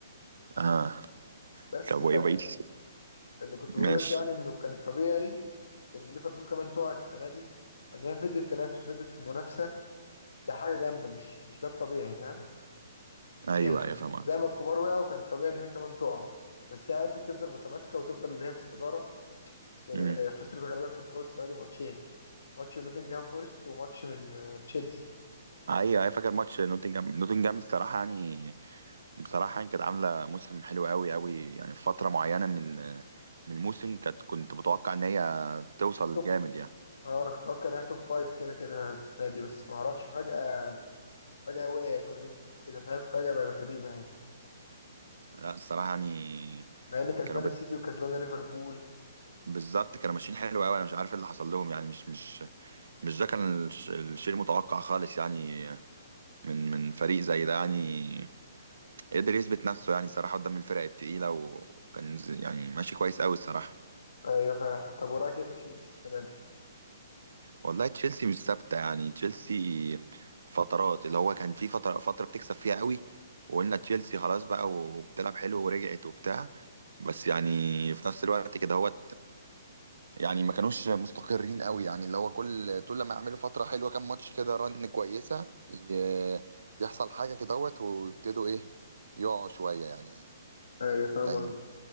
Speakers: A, on the right (about 80°); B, on the left (about 75°).
A: اه
B: بس
A: طب
B: فاللي
A: وايه بقيت
B: كنت بقوله
A: ماشي
B: لك يعني انه كان الطبيعي ان ليفربول كمان تقع السنه دي ان هي فضلت تنافس وفضلت في المنافسه ده حاجه جامده مش مش ده الطبيعي فاهم
A: ايوه
B: يعني
A: ايوه فاهم قصدك.
B: زي ما الكبار وقعوا كان طبيعي ان هي كمان تقع بس هي عرفت تفضل متماسكه وتفضل اللي هي في الصداره بس هي
A: امم
B: خسرت غالبا في الدوري السنه دي ماتشين ماتش من نوتنجهام فورست وماتش من آه، تشيلسي
A: ايوه ايوه فاكر ماتش نوتنجهام نوتنجهام الصراحه يعني بصراحه يعني كانت عامله موسم حلو قوي قوي يعني في فتره معينه من ال- من الموسم كانت كنت متوقع ان هي توصل
B: توب
A: جامد يعني
B: اه انا كنت اتوقع انها توب فايف كده كده السنه دي بس ما اعرفش فجاه فجاه وقعت ونزلت وكده فاهم فجاه بقت غريبه يعني
A: لا الصراحه يعني
B: مع ان كسبانه
A: كانوا بت-
B: السيتي وكسبانه ليفربول
A: بالظبط كانوا ماشيين حلو قوي انا مش عارف إيه اللي حصل لهم يعني مش مش مش ده كان الش- الشيء المتوقع خالص يعني من من فريق زي ده يعني قدر يثبت نفسه يعني صراحة قدام الفرق التقيلة وكان ز- يعني ماشي كويس قوي الصراحة
B: ايوه فاهم طب وراك ايه في تشيلسي السنه دي
A: والله تشيلسي مش ثابتة يعني تشيلسي فترات اللي هو كان في فترة فترة بتكسب فيها قوي وقلنا تشيلسي خلاص بقى وبتلعب حلو ورجعت وبتاع بس يعني في نفس الوقت كده هو يعني ما كانوش مستقرين قوي يعني اللي هو كل طول لما يعملوا فترة حلوة كام ماتش كده رن كويسة ي- يحصل حاجة كده ويبتدوا ايه يقعوا شوية يعني
B: ايوه فاهم
A: يعني
B: قصدي